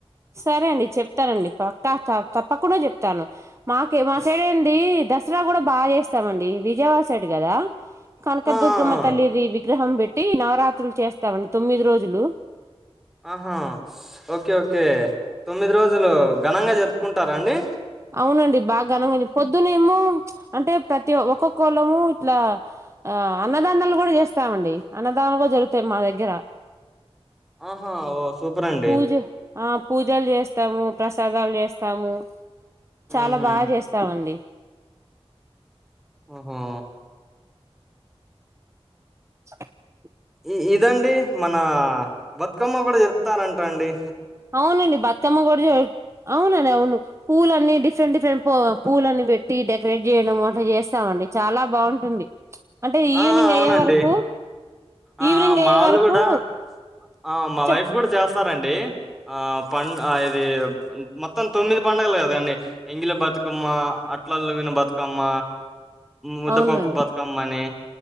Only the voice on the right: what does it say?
సరే అండి చెప్తానం పక్క తప్పకుండా చెప్తాను మాకే మాకేడ ఏడి దసరా కూడా బాగా చేస్తామండి విజయవాడ సైడ్ కదా కనకదుర్గమ్మ
తల్లిది విగ్రహం పెట్టీ పేట్టి నవరాత్రులు చేస్తామండి తొమ్మిది రోజులు
అవునండి బాగా ఘనంగా పొద్దునేేమో అంటే ప్రతి ఒక్కొక్కళము ఇట్లా ఆ అన్నదానాలు కూడా చేస్తామండి అన్నదానం కూడా జరుగుతాయి మా దగ్గర
పూజ ఆ పూజలు చేస్తాము ప్రసాదాలు చేస్తాము చాలా
బాగా చేస్తాముండి
స
అవునండి బత్తమ్మ కూడా అవునండి అవును పూల అన్నీ డిఫరెంట్ డిఫరెంట్ పూలను పెట్టి డెకరేట్ చేయడం అట్లా చేస్తామండి చాలా బాగుంటుంది అంటే ఈవినింగ్
అయ్యే వరకు
ఈవినింగ్
అయ్యే
వరకు
చెప్ప
అవునండి